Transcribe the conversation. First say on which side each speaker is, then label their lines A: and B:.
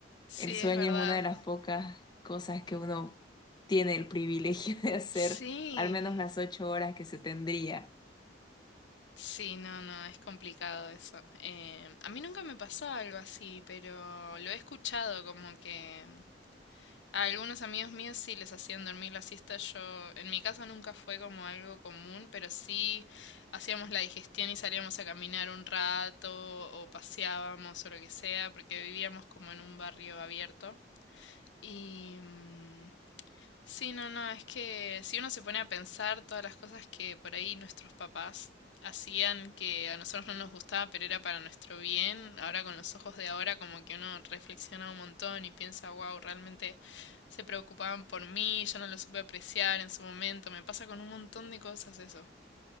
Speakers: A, on the left; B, on the left.
A: Sí,
B: El sueño
A: es verdad.
B: es una de las pocas cosas que uno tiene el privilegio <laughs> de hacer,
A: Sí.
B: al menos las ocho horas que se tendría.
A: Sí, no, no, es complicado eso. Em, a mí nunca me pasó algo así, pero lo he escuchado como que mm, a algunos amigos míos sí les hacían dormir la siesta. Yo, en mi casa nunca fue como algo común, pero sí hacíamos la digestión y salíamos a caminar un rato o paseábamos o lo que sea, porque vivíamos como en un barrio abierto. Y, mm, Sí, no, no, es que si uno se pone a pensar todas las cosas que por ahí nuestros papás hacían que a nosotros no nos gustaba, pero era para nuestro bien, ahora con los ojos de ahora como que uno reflexiona un montón y piensa, wow, realmente se preocupaban por mí, yo no lo supe apreciar en su momento, me pasa con un montón de cosas eso.